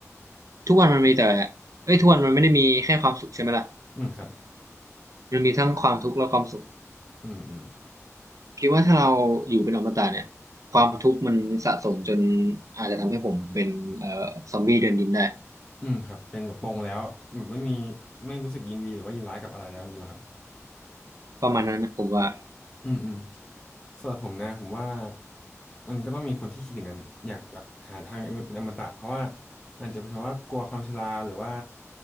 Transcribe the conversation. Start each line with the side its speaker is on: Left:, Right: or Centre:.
Right: ทุกวันมันมีแต่เอ้ยทุกวันมันไม่ได้มีแค่ความสุขใช่ไหมล่ะ
Left: อืมครับ
Right: มันมีทั้งความทุกข์และความสุข
Left: อืมอืม
Right: คิดว่าถ้าเราอยู่เป็นอมตะเนี่ยความทุกข์มันสะสมจนอาจจะทำให้ผมเป็นเอ่อซอมบี้เดินดินได้
Left: อืมครับเป็นแบบปลงแล้วแบบไม่มีไม่รู้สึกยินดีหรือว่ายินร้ายกับอะไรแล้วอย่างนี้เหรอครับ
Right: ประมาณนั้นนะผมว่า
Left: อืมอืม สำหรับผมนะผมว่ามันก็ต้องมีคนที่คิดอย่างนั้นอยากแบบหาทางเป็นอมตะเพราะว่าอาจจะเป็นเพราะว่ากลัวความชราหรือว่า